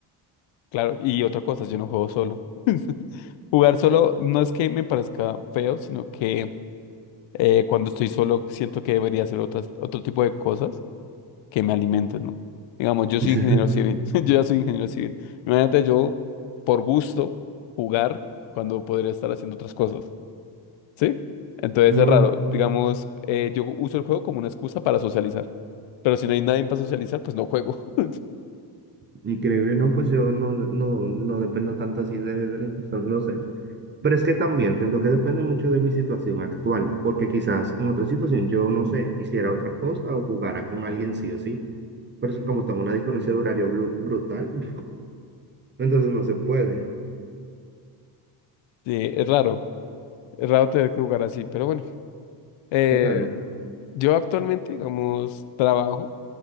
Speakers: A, on the left (about 80°); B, on the right (about 25°).
A: Claro, y otra cosa, yo no juego solo. <laughs> Jugar solo no es que me parezca feo, sino que eh, cuando estoy solo siento que debería hacer otras, otro tipo de cosas que me alimenten, ¿no? Digamos, yo
B: <laughs>
A: soy ingeniero civil, <laughs> yo ya soy ingeniero civil. Imagínate yo, por gusto, jugar cuando podría estar haciendo otras cosas. ¿sí? Entonces
B: No,
A: es raro. Digamos, eh, yo uso el juego como una excusa para socializar. Pero si no hay nadie para socializar, pues no juego. <laughs>
B: Increíble, no, pues yo no, no, no dependo tanto así de, de las personas, no sé. Pero es que también siento que depende mucho de mi situación actual, porque quizás en otra situación yo, no sé, hiciera otra cosa o jugara con alguien sí o sí. Pero es que como tengo una diferencia de horario blu- brutal, <laughs> entonces no se puede.
A: Sí, es raro. Es raro tener que jugar así, pero bueno. Eh,
B: Total.
A: yo actualmente, digamos, trabajo.